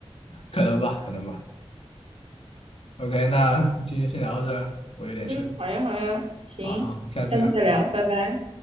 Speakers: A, on the left; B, on the right.
A: 可能吧，可能吧。OK，那今天先聊到这儿，我有点事儿，
B: 嗯，好呀，好呀，行，
A: 好，下次再聊，
B: 下次再聊，拜拜。